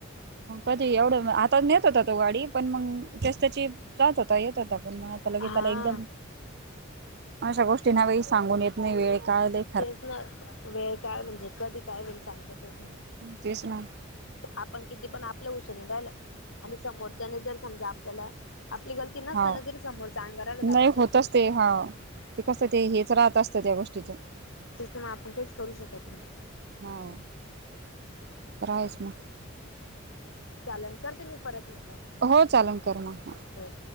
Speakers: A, on the right; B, on the left.
A: मग कधी एवड आाता नेत होता तो गाडी पण मग ज्यास त्याची जात होता येत होता पण मग आता
B: हा.
A: लगे त्याला एकदम अशा गोष्टीं ना बई सांगून येत नाही वेळ काळ बाई
B: तेच ना वेळ काळ म्हणजे कधी काय होईल सांगता च येत नाई
A: तेच ना
B: आपण किती पण आपल्या हुशारीने राहिलं आणि समोरच्याने जर समजा आपल्याला आपली गलती नसताना
A: हाव
B: जरी समोरच अंगावर आलं तर आपण
A: नाही
B: काइच
A: होतच
B: करू शकत
A: ते
B: नाई
A: हाव ते कस ते हेच राहत असतं त्या गोष्टीच
B: तेच ना आपण काईच करू शकत नाई
A: हो ते तर हायेच ना
B: चालेन करते मी परत नंतर
A: हो चालन कर मग
B: बर